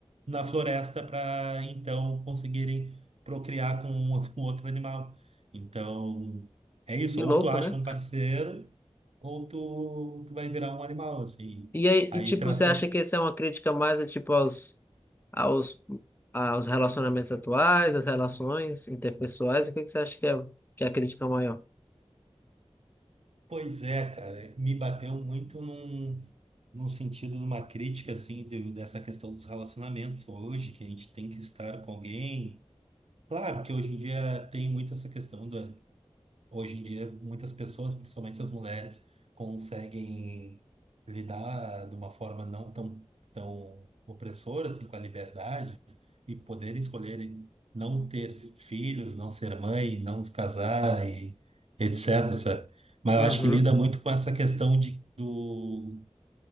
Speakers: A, on the right (about 65°); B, on the left (about 20°).
A: na floresta para então conseguirem procriar com um- <laughs> com outro animal. Então, é isso.
B: que
A: Ou
B: louco,
A: tu acha
B: né?
A: um parceiro, ou tu, tu vai virar um animal, assim.
B: E aí,
A: Aí
B: e tipo,
A: traz
B: você
A: to-
B: acha que isso é uma crítica mais é, tipo aos aos aos relacionamentos atuais, às relações interpessoais? O que que você acha que é que é a crítica maior?
A: Pois é, cara, me bateu muito num, num sentido de uma crítica, assim, de- dessa questão dos relacionamentos hoje, que a gente tem que estar com alguém. Claro que hoje em dia tem muito essa questão da, hoje em dia muitas pessoas, principalmente as mulheres, conseguem lidar de uma forma não tão, tão opressora, assim, com a liberdade, e poder escolher não ter filhos, não ser mãe, não se casar e etc, sabe? Mas
B: Uhum.
A: eu acho que lida muito com essa questão de, do,